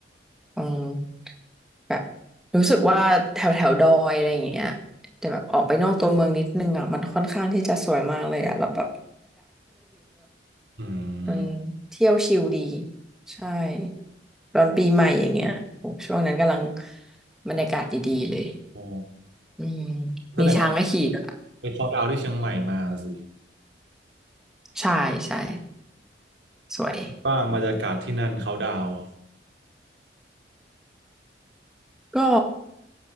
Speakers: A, in the centre; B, on the right.
A: อืมแบบรู้สึกว่าแถวแถวดอยอะไรอย่างเงี้ยแต่แบบออกไปนอกตัวเมืองนิดนึงอ่ะมันค่อนข้างที่จะสวยมากเลยอ่ะแล้วแบบ
B: อื
A: มันเที่ยวชิลดี
B: ม
A: ใช่ตอนปีใหม่อย่างเงี้ยโหช่วงนั้นกำลังบรรยากาศดีๆเลย
B: อ๋อ
A: อืม
B: แสดงว่า
A: มีช้างให้ขี่ด้วย
B: ไปเขาดาวน์ที่เชียงใหม่มาสิ
A: ใช่ใช่สวย
B: บ้างบรรยากาศที่นั่นเขาดาวน์
A: ก็